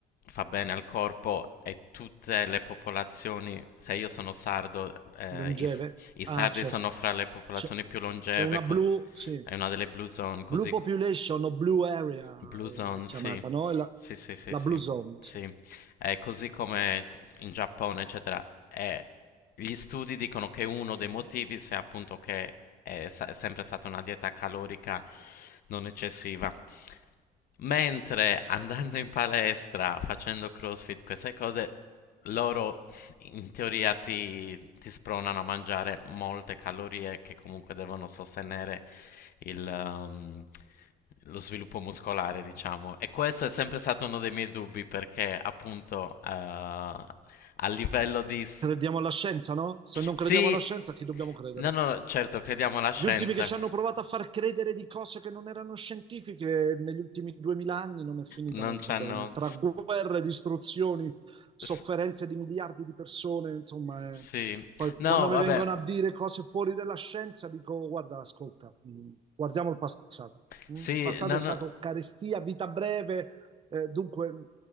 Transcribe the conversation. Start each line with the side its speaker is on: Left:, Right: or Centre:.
Left: fa bene al corpo e tutte le popolazioni, se io sono sardo, eh,
Right: Longeve?
Left: i, s- i sardi
Right: Ah, certo.
Left: sono fra le popolazioni
Right: C'è
Left: più longeve,
Right: c'è una
Left: co-
Right: blue, sì,
Left: è una delle blue zone, così.
Right: blue population o blue area
Left: Blue Zone,
Right: è chiamata,
Left: sì.
Right: no? È la,
Left: Sì, sì, sì,
Right: la
Left: sì.
Right: blue zone.
Left: Sì.
Right: sì.
Left: È così come in Giappone, eccetera. È- Gli studi dicono che uno dei motivi sia appunto che è, sa- è sempre stata una dieta calorica non eccessiva. Mentre andando in palestra, facendo CrossFit, queste cose, loro in teoria ti, ti spronano a mangiare molte calorie che comunque devono sostenere il, ehm, lo sviluppo muscolare, diciamo. E questo è sempre stato uno dei miei dubbi perché appunto eh, a livello di... s-
Right: Crediamo alla scienza, no? Se non crediamo
Left: Sì,
Right: alla scienza, a chi dobbiamo credere?
Left: no, no, certo, crediamo alla scienza.
Right: Gli ultimi che ci hanno provato a far credere di cose che non erano scientifiche negli ultimi duemila anni non è finita
Left: Non
Right: molto
Left: c'hanno...
Right: bene. Tra guerre, distruzioni, sofferenze
Left: s-
Right: di miliardi di persone, insomma,
Left: Sì,
Right: è- poi
Left: no,
Right: quando
Left: vabbè,
Right: mi vengono a dire cose fuori della scienza, dico: guarda, ascolta, mh, guardiamo il passato. Mm,
Left: sì,
Right: Il passato
Left: no,
Right: è stato
Left: no.
Right: carestia, vita breve, eh, dunque, mh,